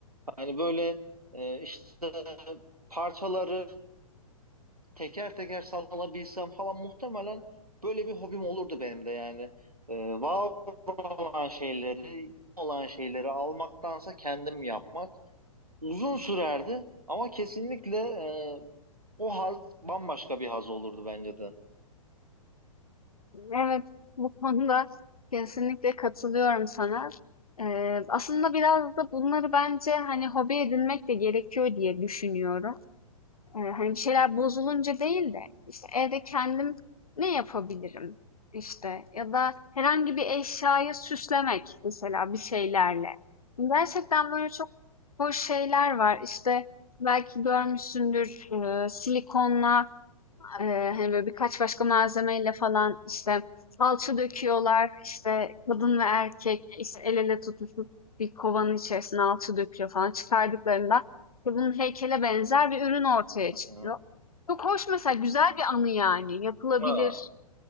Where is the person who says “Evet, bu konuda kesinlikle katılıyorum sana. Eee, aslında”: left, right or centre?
Left